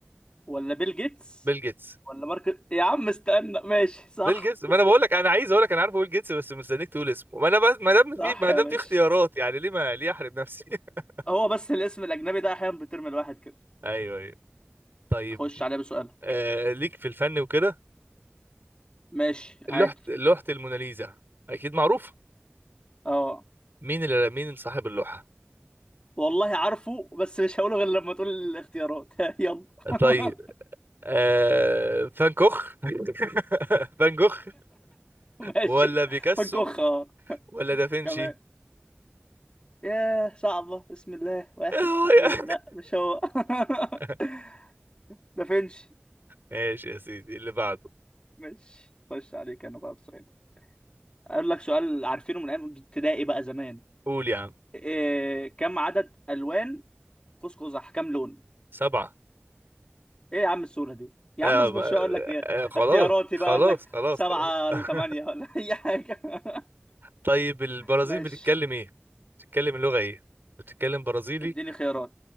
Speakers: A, on the left (about 25°); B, on the right (about 60°).
A: ولا بيل جيتس
B: بيل جيتس
A: ولا مارك يا عم استنى ماشي صح
B: بيل جيتس ما انا بقول لك انا عايز اقول لك انا عارفه بيل جيتس بس مستنيك تقول اسمه ما انا بس ما دام
A: صح
B: في ما دام
A: يا باشا
B: في اختيارات يعني ليه ما ليه احرم نفسي <laughs>
A: هو بس الاسم الاجنبي ده احيانا بترمي الواحد كده
B: ايوه ايوه طيب
A: خش عليه بسؤال
B: آه ليك في الفن وكده
A: ماشي
B: لوحة
A: عادي
B: لوحة الموناليزا اكيد معروف
A: اه
B: مين اللي مين صاحب اللوحة
A: والله عارفه بس مش هقوله غير لما تقول الاختيارات <laughs> يلا <laughs>
B: طيب آه فان كوخ <laughs> فان كوخ
A: ماشي
B: ولا بيكاسو
A: فنكوخ اه
B: ولا دافنشي
A: كمان ياه صعبة بسم الله واحد
B: آه،
A: اتنين
B: يا-
A: لا مش هو
B: <laughs>
A: <laughs> ده فينش
B: ماشي يا سيدي اللي بعده
A: ماشي خش عليك انا بقى بسؤال اقول لك سؤال عارفينه من ايام ابتدائي بقى زمان
B: قول يا عم
A: إيه كم عدد الوان قوس قزح كم لون
B: سبعة
A: ايه يا عم السهوله دي يا
B: آه
A: عم اصبر
B: ما...
A: شويه اقول لك ايه
B: آه خلاص
A: اختياراتي
B: خلاص
A: بقى اقول لك
B: خلاص
A: سبعه
B: خلاص
A: ولا
B: <laughs>
A: ثمانيه ولا اي حاجه <laughs>
B: طيب البرازيل
A: ماشي
B: بتتكلم ايه؟ بتتكلم اللغة ايه؟ بتتكلم برازيلي
A: اديني خيارات